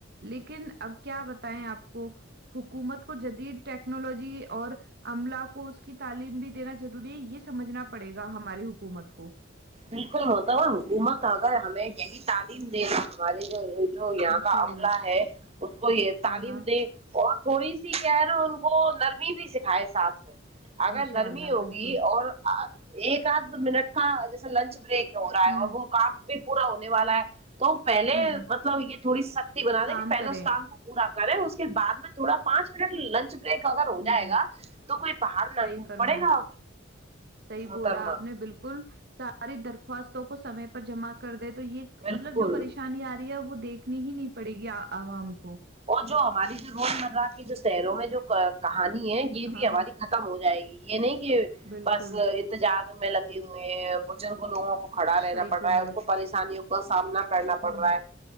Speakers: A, on the right (about 55°); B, on the right (about 30°).
A: لیکن اب کیا بتائیں آپ کو حکومت کو جدید ٹیکنالوجی اور عملہ کو اس کی تعلیم بھی دینا ضروری ہے یہ سمجھنا پڑے گا ہماری حکومت کو
B: بالکل ہوتا حکومت اگر ہمیں یہی تعلیم دینا ہمارے جو جو یہاں
A: انشاء
B: کا عملہ
A: اللہ
B: ہے اس کو یہ تعلیم
A: ہاں ہاں
B: دے بہت تھوڑی سی کیا ہے نا ان کو نرمی بھی سکھائے ساتھ میں اگر
A: انشاء
B: نرمی
A: اللہ
B: ہوگی
A: بالکل
B: اور ایک آدھ منٹ کا جیسے لنچ بریک ہو رہا
A: ہوں
B: ہے اور وہ کام بھی پورا ہونے والا ہے تو وہ پہلے
A: ہوں
B: مطلب یہ تھوڑی سختی بنا
A: کام
B: دے کہ پہلے
A: کریں
B: اس کام کو پورا کریں اس کے بعد میں تھوڑا پانچ منٹ لنچ بریک اگر
A: ہوں
B: ہو جائے گا تو کوئی پہاڑ
A: صحیح
B: نہ ٹوٹ
A: فرمایا
B: پڑے گا
A: صحیح
B: محترما
A: بولا آپ نے بالکل ساری درخواستوں کو سمے پر جمع کر دے تو یہ
B: بالکل
A: مطلب جو پریشانی آ رہی ہے وہ دیکھ نی ہی نہیں پڑے گی عوام کو
B: اور جو ہماری جو روزمرہ کی جو شہروں میں جو کہانی ہے یہ
A: ہاں
B: بھی ہماری
A: ہاں
B: ختم ہو جائے گی یہ نہیں کہ
A: بالکل
B: بس انتجار میں لگی ہوئی ہیں بزرگ لوگوں کو کھڑا رہنا
A: صحیح
B: پڑ
A: بولا
B: رہا ہے ان کو پریشانیوں کو کا سامنا کرنا پڑ
A: ہوں
B: رہا ہے